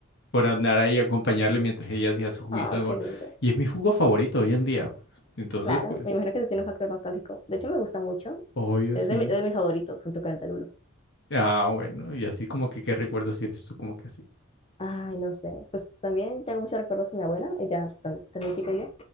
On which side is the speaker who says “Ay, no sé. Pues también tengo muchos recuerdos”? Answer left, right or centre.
Left